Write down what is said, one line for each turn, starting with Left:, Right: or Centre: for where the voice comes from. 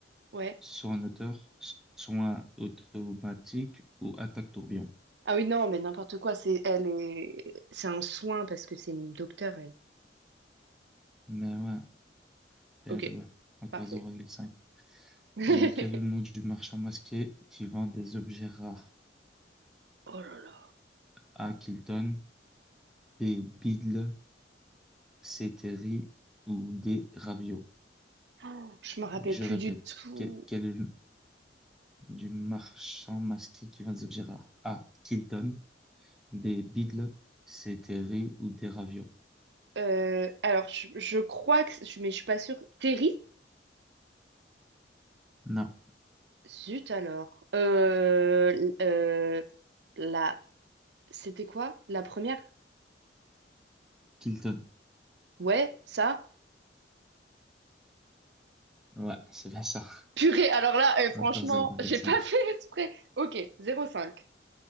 Right: Ouais.
Centre: saut en hauteur, soin automatique ou attaque tourbillon.
Right: Ah oui, non, mais n'importe quoi. C'est elle est, c'est un soin parce que c'est une docteure, elle.
Centre: Mais ouais, bien
Right: Ok,
Centre: joué. Encore
Right: parfait.
Centre: zéro virgule cinq.
Right: <laughs>
Centre: Euh, quel est le nom du marchand masqué qui vend des objets rares?
Right: Oh là là.
Centre: A. Kilton, B. Biddle, C. Terry ou D. Ravio.
Right: Oh, je me rappelle
Centre: Je
Right: plus
Centre: répète,
Right: du tout.
Centre: quel, quel est le nom du marchand masqué qui vend des objets rares? A. Kilton, B. Biddle, C. Terry ou D. Ravio.
Right: Euh, alors, je, je crois que, je- mais je suis pas sûre. Terry?
Centre: Non,
Right: Zut alors. Euh, euh, la C'était quoi? La première?
Centre: Kilton.
Right: Ouais, ça?
Centre: Ouais, c'est bien ça.
Right: Purée, alors là, euh, franchement,
Centre: Encore 0,5.
Right: j'ai pas <laughs> fait exprès. Ok, zéro virgule cinq.